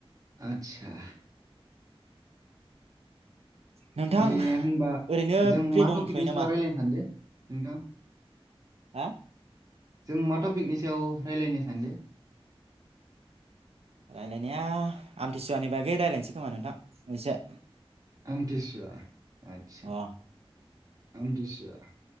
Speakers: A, on the right (about 35°); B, on the right (about 80°).
A: आतसा।
B: नोंथां
A: दे होनबा
B: ओरैनो
A: जों
B: फ्रि
A: मा
B: दंथ'यो
A: टपिकनि
B: नामा
A: सायाव रायज्लायनो सानदो नोंथां?
B: हा?
A: जों मा टपिकनि सायाव रायज्लायनो सानदो?
B: रायलायनाया आमथिसुवानि बागै रायलायनोसै खोमा नोंथां एसे
A: आमथिसुवा आतसा।
B: अ
A: आमथिसुवा